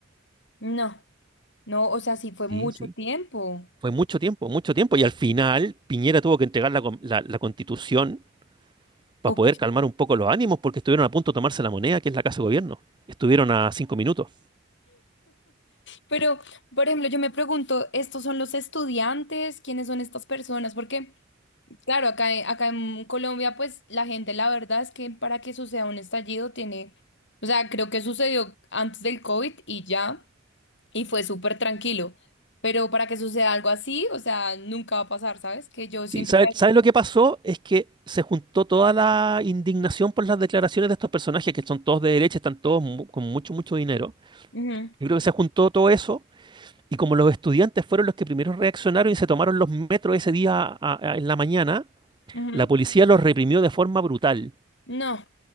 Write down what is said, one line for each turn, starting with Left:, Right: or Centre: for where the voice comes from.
Left: No, no, o sea, sí fue mucho
Right: Sí, sí.
Left: tiempo.
Right: Fue mucho tiempo, mucho tiempo. Y al final Piñera tuvo que entregar la, con- la- la constitución para
Left: Ok.
Right: poder calmar un poco los ánimos porque estuvieron a punto de tomarse la moneda, que es la Casa de Gobierno. Estuvieron a cinco minutos.
Left: Pero, por ejemplo, yo me pregunto, ¿estos son los estudiantes? ¿Quiénes son estas personas? Porque Claro, acá, en- acá en Colombia, pues la gente, la verdad es que para que suceda un estallido tiene, o sea, creo que sucedió antes del COVID y ya, y fue súper tranquilo. Pero para que suceda algo así, o sea, nunca va a pasar, ¿sabes? Que yo
Right: Sí,
Left: siento
Right: ¿sabes
Left: que...
Right: sabe lo que pasó? Es que se juntó toda la indignación por las declaraciones de estos personajes, que son todos de derecha, están todos mu- con mucho, mucho dinero.
Left: Ujú,
Right: Yo creo que se juntó todo eso, y como los estudiantes fueron los que primero reaccionaron y se tomaron los metros ese día a- a- en la mañana,
Left: ujú.
Right: la policía los reprimió de forma brutal.
Left: No,